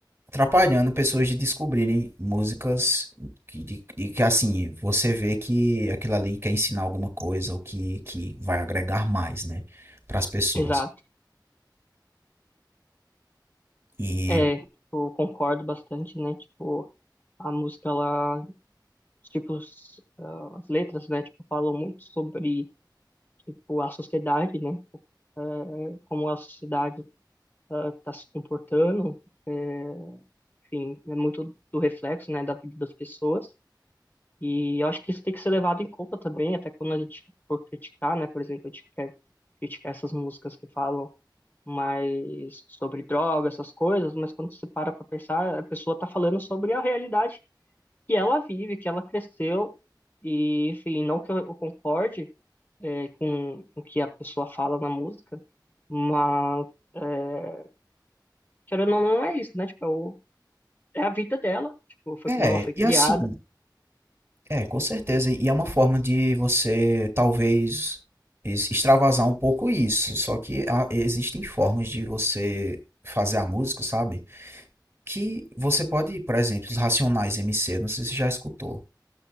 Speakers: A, on the right (about 30°); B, on the left (about 25°).
A: atrapalhando pessoas de descobrirem músicas que, de- de que assim, você vê que aquilo ali quer ensinar alguma coisa ou que, que vai agregar mais, né, para as pessoas.
B: exato.
A: E
B: É, tipo, eu concordo bastante, né? Tipo, a música, ela, tipo, os- ah, as letras, né? Tipo, falam muito sobre, tipo, a sociedade, né? Tipo, eh, como a sociedade está se comportando, eh, enfim, é muito do reflexo, né, da vida das pessoas. E eu acho que isso tem que ser levado em conta também, até quando a gente for criticar, né? Por exemplo, a gente quer criticar essas músicas que falam mais sobre droga, essas coisas, mas quando você para para pensar, a pessoa tá falando sobre a realidade que ela vive, que ela cresceu, e enfim, não que eu concorde é, com o que a pessoa fala na música, mas é, querendo ou não, não é isso, né? Tipo, é, o- é a vida dela, tipo, foi
A: é,
B: como ela foi criada,
A: e assim, é, com certeza, e é uma forma de você talvez es- extravasar um pouco isso, só que há- existem formas de você fazer a música, sabe? Que você pode, por exemplo, os Racionais MC, não sei se você já escutou.